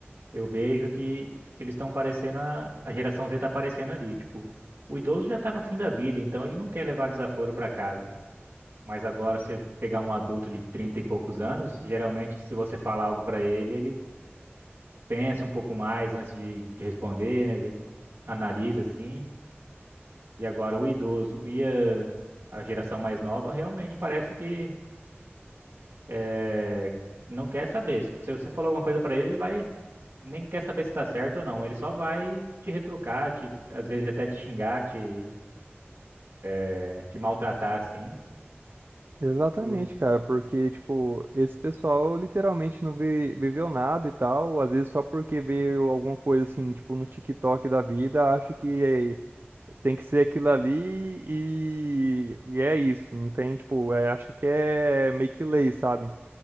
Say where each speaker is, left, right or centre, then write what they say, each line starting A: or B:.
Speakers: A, on the right (about 70°); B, on the right (about 55°).
A: Eu vejo que eles estão parecendo, a, a geração Z tá aparecendo ali, tipo, o idoso já tá no fim da vida, então ele não quer levar desaforo para casa. Mas agora você pegar um adulto de 30 e poucos anos, geralmente se você falar algo para ele, ele pensa um pouco mais antes de, de responder, né? Ele Analisa assim. E agora o idoso e a, a geração mais nova realmente parece que eh, não quer saber. Se você falou alguma coisa para ele, ele vai nem quer saber se tá certo ou não. Ele só vai te retrucar, te, às vezes até te xingar, te, é, te maltratar, assim.
B: Exatamente,
A: O-
B: cara, porque, tipo, esse pessoal literalmente não vi- viveu nada e tal, às vezes só porque veio alguma coisa assim, tipo, no TikTok da vida, acho que Tem que ser aquilo ali e, e é isso. Não tem, tipo, é, acho que é meio que lei, sabe?